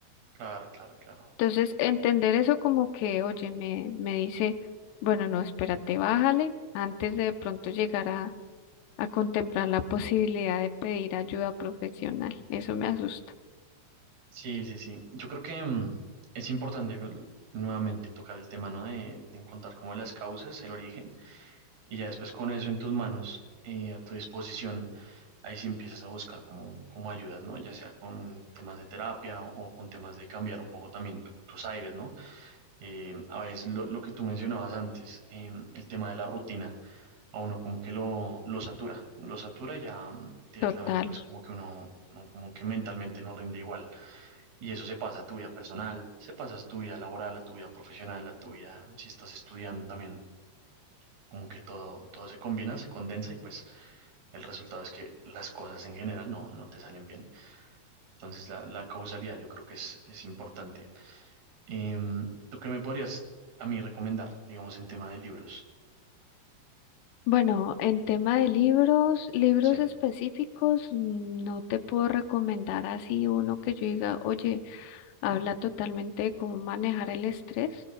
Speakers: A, on the right; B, on the left.
A: claro, claro, claro.
B: Entonces, entender eso como que, oye, me, me dice, bueno, no, espérate, bájale, antes de de pronto llegar a, a contemplar la posibilidad de pedir ayuda profesional. Eso me asusta.
A: Sí, sí, sí. Yo creo que mm, es importante mm, nuevamente tocar el tema, ¿no? De, de encontrar como las causas, el origen, y ya después con eso en tus manos, eh, a tu disposición, ahí sí empiezas a buscar como, como ayudas, ¿no? Ya sea con temas de terapia o con temas de cambiar un poco también tu- tus aires, ¿no? Eh, a veces lo, lo que tú mencionabas antes, em, el tema de la rutina. a uno como que lo, lo satura, lo satura y ya mm, directamente
B: Total.
A: pues como que uno, uno como que mentalmente no rinde igual. Y eso se pasa a tu vida personal, se pasa a tu vida laboral, a tu vida profesional, a tu vida, si estás estudiando también, como que todo, todo se combina, se condensa y pues el resultado es que las cosas en general no, no te salen bien. Entonces la, la causalidad yo creo que es, es importante. Em, ¿tú qué me podrías a mí recomendar, digamos, en tema de libros?
B: Bueno, en tema de libros, libros
A: Sí,
B: específicos, mm, no te puedo recomendar así uno que yo diga, oye, Habla totalmente de cómo manejar el estrés.